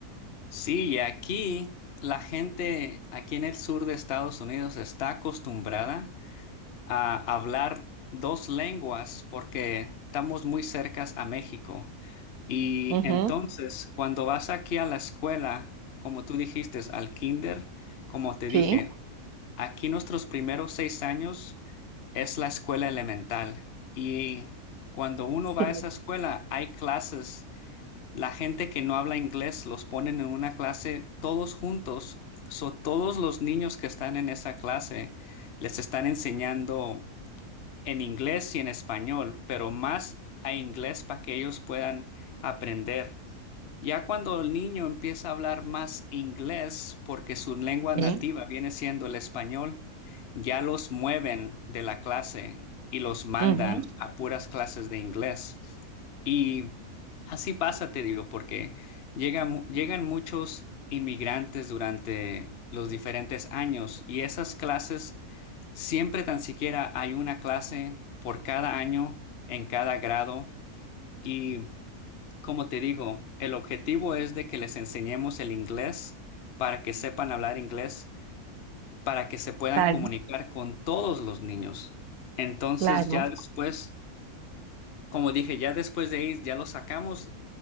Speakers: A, on the left; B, on the right.
A: Sí, y aquí la gente, aquí en el sur de Estados Unidos está acostumbrada. a hablar dos lenguas porque estamos muy cercas a México. Y
B: Ujú,
A: entonces, cuando vas aquí a la escuela, como tú dijiste, al kinder, como te
B: sí.
A: dije, aquí nuestros primeros seis años es la escuela elemental. Y cuando uno va
B: Sí,
A: a esa escuela, hay clases. La gente que no habla inglés los ponen en una clase todos juntos. So, todos los niños que están en esa clase les están enseñando en inglés y en español, pero más a inglés para que ellos puedan aprender. Ya cuando el niño empieza a hablar más inglés, porque su lengua
B: sí.
A: nativa viene siendo el español, ya los mueven de la clase y los mandan
B: Ujú,
A: a puras clases de inglés. Y así pasa, te digo, porque llegan, mu- llegan muchos inmigrantes durante los diferentes años y esas clases, siempre tan siquiera hay una clase por cada año en cada grado. y como te digo, el objetivo es de que les enseñemos el inglés para que sepan hablar inglés, para que se puedan
B: Claro,
A: comunicar con todos los niños. Entonces
B: claro,
A: ya después, como dije, ya después de ahí ya los sacamos